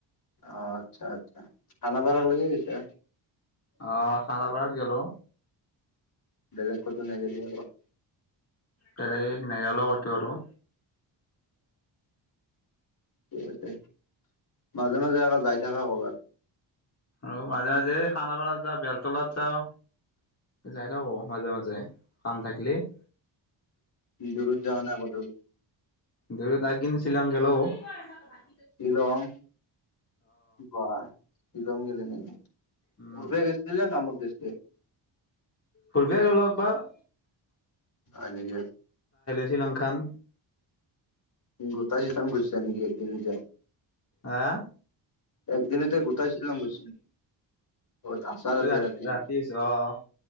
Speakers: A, on the left; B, on the left.
A: অ আচ্ছা আচ্ছা খান বাৰ লাগ দিছে
B: অ খানাপাৰাত গলো
A: বেলেগ কত নল <unintelligible>
B: বেলেগ নাই লগ কতো আৰু <unintelligible>
A: আছে মাজে মাজে আকৌ যাই থাকা কবাত
B: অঁ মাজে মাজে খানাপাৰাত য বেল টলাত যাও যাই ন অ মাজে মাজে কাম থাকিলেই
A: দূৰত যোৱা নাই কতো
B: দৰিতাগিন শিলাংকল' <unintelligible>
A: শ্বিলং বাহ শ্বিলং গলে ন
B: উম
A: পূৰা গৈছিলে আমাৰ দেশে <unintelligible>
B: ফুৰিব গলো একবাৰ
A: অ দেক
B: শ্ৰীলংখান
A: গোতাজিতাম গৈছিলা নেকি একদিন যায়
B: আহ
A: একদিনতে গোটাইছিলো গ বত আছাৰতে
B: তই
A: ৰাতি
B: আহিছ অ